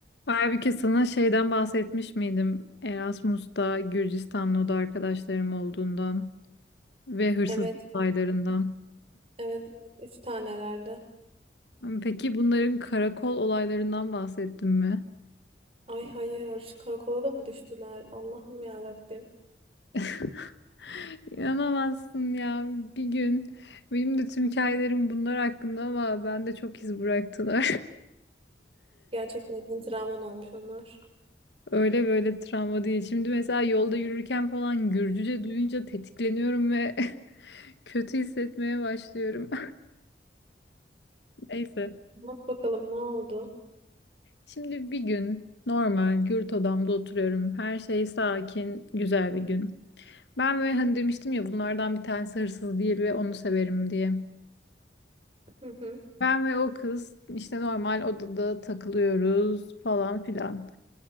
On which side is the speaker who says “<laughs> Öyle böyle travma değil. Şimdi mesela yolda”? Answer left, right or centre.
Left